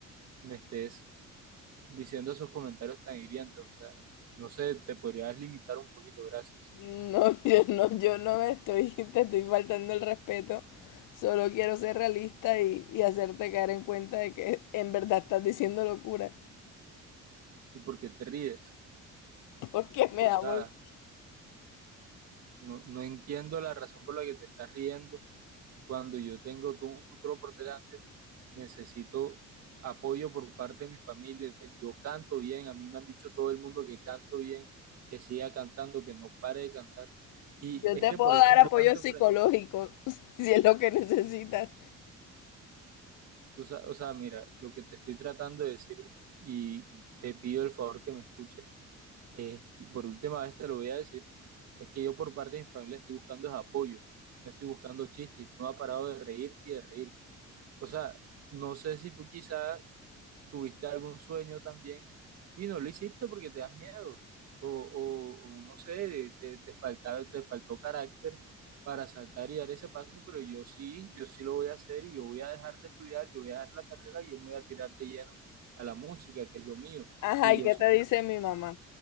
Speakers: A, on the right (about 55°); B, on the left (about 80°).
A: me estés diciendo esos comentarios tan hirientes. O sea, no sé, te podrías limitar un poquito, gracias.
B: No, <laughs> yo no, yo no me estoy, <laughs> te estoy faltando el respeto. Solo quiero ser realista y, y hacerte caer en cuenta de que en verdad estás diciendo locura.
A: ¿Y por qué te ríes?
B: Porque me
A: O
B: da
A: sea,
B: muy-
A: no, no entiendo la razón por la que te estás riendo cuando yo tengo todo un futuro por delante. Necesito apoyo por parte de mi familia. Yo canto bien, a mí me han dicho todo el mundo que canto bien, que siga cantando, que no pare de cantar. Y
B: Yo
A: es
B: te
A: que
B: puedo
A: por eso
B: dar apoyo
A: no canto
B: psicológico
A: enfrente.
B: <laughs> si es lo que necesitas.
A: Tú, sa- o sea, mira, lo que te estoy tratando de decir y te pido el favor que me escuches Eh, por última vez te lo voy a decir, es que yo por parte de mi familia estoy buscando es apoyo, no estoy buscando chistes, y tú no has parado de reírte y de reírte. O sea, no sé si tú quizás tuviste algún sueño también y no lo hiciste porque te das miedo, o, o- o no sé, te, te faltaba, te faltó carácter para saltar y dar ese paso, pero yo sí, yo sí lo voy a hacer y yo voy a dejar de estudiar, yo voy a dejar la carrera y yo me voy a tirar de lleno a la música, que es lo mío,
B: Ajá,
A: y
B: ¿y
A: yo
B: qué
A: soy
B: te dice mi mamá?